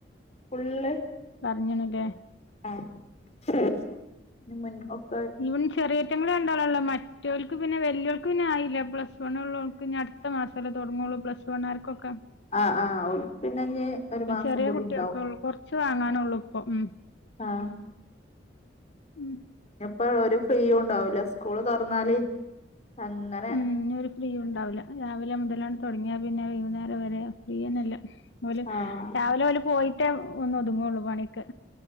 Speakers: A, on the left; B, on the left.
A: ഫുള്ള്
B: പറഞുകുണ്ല്ലേ
A: ആ
B: ഇവൻ ചെറിയേറ്റങ്ങൾ രണ്ടാളെല്ലോ മ മചോർക്ക് പിന്നെ വെലിയോൾക്ക് പിന്നെയില്ല പ്ലസ് വൺ ഉള്ളവൾക്ക് പിന്നെ അടുത്ത മാസമല്ലേ തുടങ്ങൂള്ളൂ പ്ലസ് വൺ ആർക്ക് ഒക്കെ
A: ആഹ് ആഹ് ഓൽക്ക് പിന്നെ ഇഞ്ഞ് ഒരു മാസം
B: ചെറിയ
A: കൂടി
B: കുട്ടിയാൾക്ക്
A: ഇണ്ടാവും
B: ഉള്ളൂ കുറച്ച് വാങ്ങാനെള്ളു ഇപ്പൊ ഉം
A: ആ
B: ഉം <inaudible>
A: ഇപ്പോ ഒരു ഫ്രീയും ഉണ്ടാവൂല്ല സ്കൂള് തുറന്നാല് അങ്ങനെ
B: ഉം ഇനി ഒരു ഫ്രീ ഉണ്ടാവില്ല രാവിലെ മുതല് തുടങ്ങിയ പിന്നെ വൈകുന്നേരം വരെ ഫ്രീയന്നല്ല ഓൽ
A: ആഹ്
B: രാവിലെ ഓൽ പോയിട്ടേ ഒന്ന് ഒതുങ്ങുള്ളൂ പണിയൊക്കെ